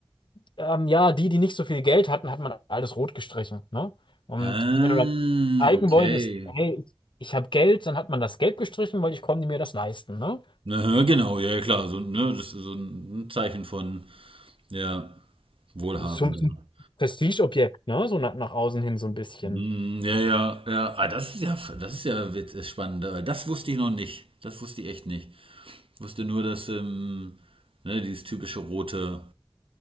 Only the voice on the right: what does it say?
Ah,
okay.
Aha, genau, ja, ja, klar. So, ne, das ist so ein Zeichen von, ja, wohlhabender.
Hm, ja, ja, ja. Ah, das ist ja, das ist ja wit- äh, spannend. Äh, Das wusste ich noch nicht. Das wusste ich echt nicht. Ich wusste nur, dass ähm, ne, dieses typische rote,